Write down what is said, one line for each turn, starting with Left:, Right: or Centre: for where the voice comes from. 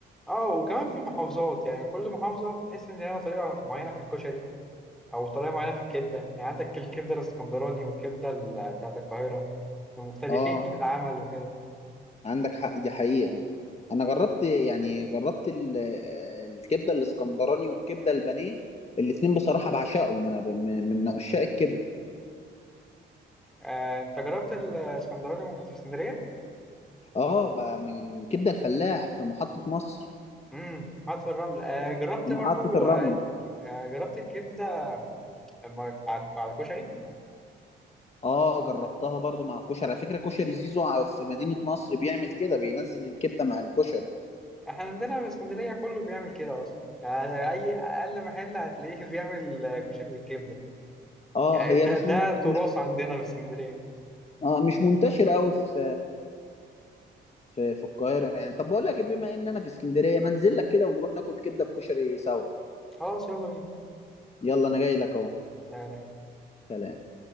Centre: اه وكمان في المحافظات يعني كل محافظة تحس إن ليها طريقة معينة في الكشري أو طريقة معينة في الكبدة يعني عندك الكبدة الإسكندراني والكبدة ال- بتاعة القاهرة مختلفين
Left: اه
Centre: في العمل وكده
Left: عندك حق دي حقيقة أنا جربت يعني جربت ال- الكبدة الإسكندراني والكبدة البانيه الاتنين بصراحة بعشقهم أنا ب- من من عشاق الكبدة
Centre: آه، أنت جربت الإسكندراني وأنت كنت في اسكندرية؟
Left: اه بقى من كبدة الفلاح في محطة مصر
Centre: امم حاطط الرمل آه جربت
Left: في محطة
Centre: برضو
Left: الرمل
Centre: آه الك- آه، جربت الكبده مع- على على الكشري
Left: اه جربتها برضو مع الكشري على فكره كشري زيزو ع- في مدينه نصر بيعمل كده بينزل الكبده مع الكشري
Centre: احنا عندنا في اسكندريه كله بيعمل كده اصلا يعني اي اقل محل هتلاقيه <laughs> بيعمل آه، كشري بالكبده
Left: اه
Centre: يعني
Left: هي
Centre: ده
Left: مش
Centre: ده
Left: من... مش
Centre: تراث عندنا في اسكندريه
Left: اه مش منتشره قوي في في في القاهره يعني طب بقول لك إيه، بما ان انا في اسكندريه ما انزل لك كده ونروح ناكل كبده بكشري سوا
Centre: خلاص يلا بينا
Left: يلا انا جاي لك اهو
Centre: سلام
Left: سلام